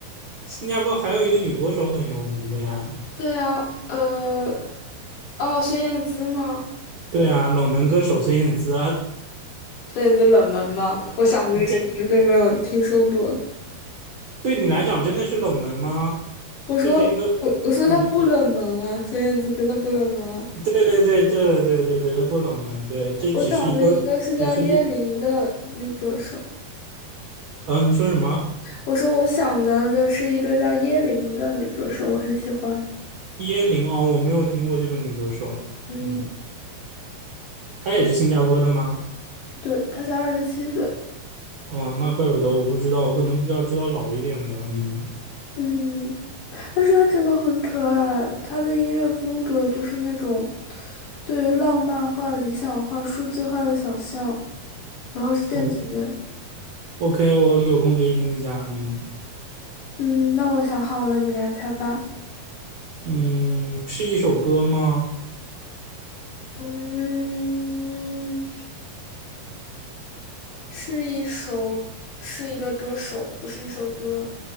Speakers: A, on the right (about 65°); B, on the left (about 60°).
A: 新加坡还有一个女歌手很有名的呀。
B: 对啊，呃，哦，孙燕姿吗？
A: 对啊，冷门歌手孙燕姿啊，
B: 孙燕姿冷门吗？我想的那个你绝对没有听说过。
A: <laughs> 这。对你来讲真的是冷门吗？
B: 我说我我说他不冷门啊，
A: 这是一个，嗯，
B: 孙燕姿真的不冷门啊。
A: 对对对对对对对，它不冷门，对，这只是一个，
B: 我想的一个是叫叶琳的女歌手。
A: 就是一，呃，你说什么？
B: 我说我想到的是一个叫耶林的女歌手，我很喜欢。
A: 椰林哦，我没有听过这个女歌手，
B: 嗯，
A: 嗯，她也是新加坡的吗？
B: 好，对，她才二十七岁。
A: 哦，那怪不得我不知道，我可能比较知道老一点的，嗯，
B: 嗯，但是她真的很可爱，她的音乐风格就是那种对于浪漫化、理想化、数字化的想象，然后是电子乐。
A: 好，OK，我有空可以听一下，嗯
B: 嗯，那我想好了，你来猜吧。
A: 嗯，是一首歌吗？
B: 嗯，是一首，是一个歌手，不是一首歌。